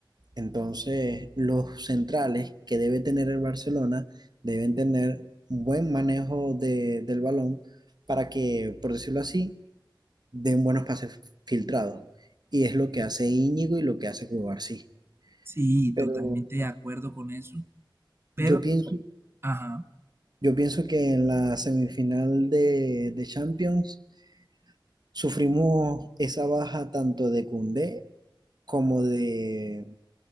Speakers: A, on the right; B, on the right.
A: Entonces, los centrales que debe tener el Barcelona deben tener un buen manejo de- del balón para que, por decirlo así, den buenos pases filtrados. Y es lo que hace Íñigo y lo que hace Cubarsí.
B: Sí,
A: Pero
B: totalmente de acuerdo con eso, pero,
A: yo pienso,
B: ajá.
A: yo pienso que en la semifinal de, de Champions sufrimos esa baja tanto de Koundé como de,